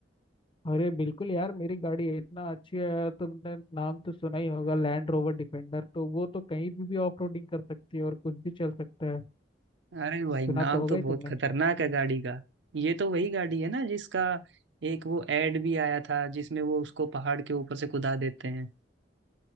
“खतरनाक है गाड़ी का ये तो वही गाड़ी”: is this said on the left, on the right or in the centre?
Right